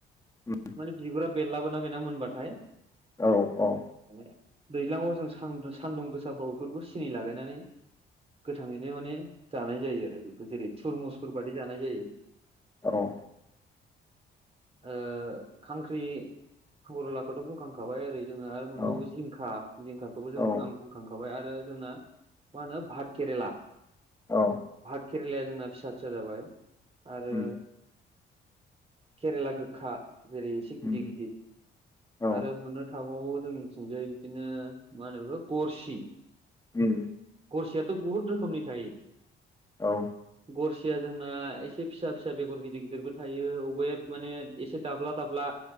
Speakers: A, on the left; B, on the right.
A: उम,
B: माने बिगुरा बेरलाबोना बेना मोनबाथाय
A: औ औ
B: माने दैज्लाङाव जों सान्दुं सान्दुं गोसाफ्राव बेफोरखौ सिनि लागायनानै गोथाङैनो माने जानाय जायो आरो बेफोर जेरै थुरमुसफोर बादि जानाय जायो
A: औ औ
B: ओ खांख्रि खलाखौथ' बुंखांखाबाय ओरै जोङो आरो मोनबावो
A: औ
B: जिंखा जिंखाखौबो जों
A: औ
B: आं बुंखांखाबाय आरो आरो जोंना मा होनो भात केरेला
A: औ
B: भात केरेलाया जोंना फिसा फिसा जाबाय आरो
A: उम,
B: केरेला गोखा जेरै एसे
A: उम,
B: गिदिर गिदिर
A: औ
B: आरो मोननो था <unintelligible> जोंनि थिंजाय बिदिनो मा होनो बेखौ गरसि
A: उम
B: गरसियाथ' बुहुत रोखोमनि थायो
A: औ
B: गरसिया जोंना एसे फिसा फिसा बेगर गिदिर गिदिरबो थायो अबाया माने एसे दाब्ला दाब्ला